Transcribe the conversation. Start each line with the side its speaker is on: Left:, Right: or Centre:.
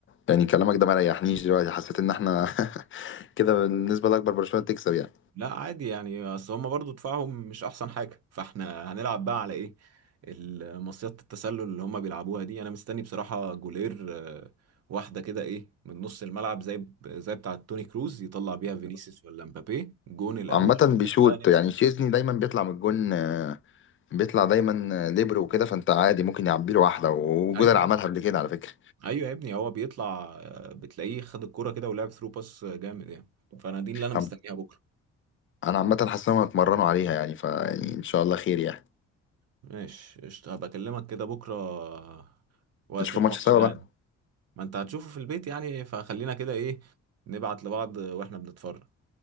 Left: يعني كلامك ده ما ريحنيش دلوقتي حسيت ان احنا <laughs> كده بالنسبة لأكبر برشلونة تكسب يعني
Right: لا عادي يعني اصل هما برضو دفاعهم مش احسن حاجه فاحنا هنلعب بقى على ايه المصيدة التسلل اللي هما بيلعبوها دي انا مستني بصراحه جولير آه، واحده كده ايه من نص الملعب زي زي بتاعه توني كروز يطلع بيها فينيسيوس ولا مبابي جون الاول
Left: عامة بيشوط
Right: بقى نمسك
Left: يعني شيزني دايما بيطلع من الجون بيطلع دايما ليبر وكده فانت عادي ممكن يعبي له واحده وجولر
Right: ايوه
Left: عملها قبل كده على فكره
Right: ايوه يا ابني هو بيطلع آه، بتلاقيه خد الكرة كده ولعب ثرو باس جامد يعني فانا دي اللي انا مستنيها
Left: عم-
Right: بكره
Left: انا عامه حاسس انهم هيتمرنوا عليها يعني فيعني ان شاء الله خير يعني
Right: ماشي قشطة هبقى اكلمك كده بكره آه، وقت
Left: نشوف
Right: الماتش
Left: الماتش سوا
Right: يعني
Left: بقى
Right: ما انت هتشوفه في البيت يعني فخلينا كده ايه نبعت لبعض واحنا بنتفرج